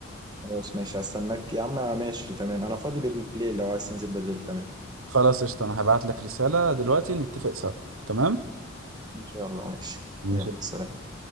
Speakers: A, on the right (about 20°); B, on the right (about 80°).
A: خلاص ماشي هستناك يا عم ماشي تمام انا فاضي بالليل لو عايز تنزل بالليل تمام
B: خلاص قشطة أنا هبعت لك رسالة دلوقتي نتفق سوا تمام
A: ان شاء الله ماشي
B: ماشي
A: يلا سلام